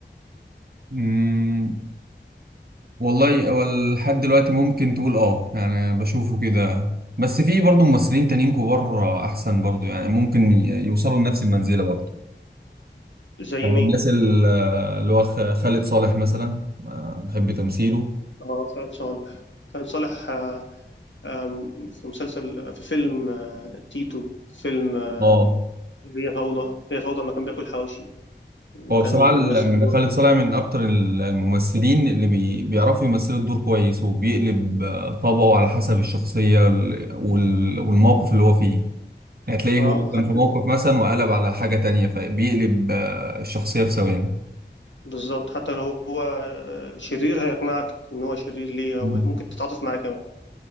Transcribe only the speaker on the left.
زي
مين
اه خالد صالح خالد صالح آه، آم، في مسلسل آه، في فيلم آه، تيتو في فيلم آه،
هي فوضى هي فوضى ما كان بياكل حواوشي وكان
بيمثل
دور
امين
صالح
اه
حتى
لو
بالظبط حتى لو هو آه، شرير هيقنعك ان هو شرير ليه
او ممكن تتعاطف معاه كمان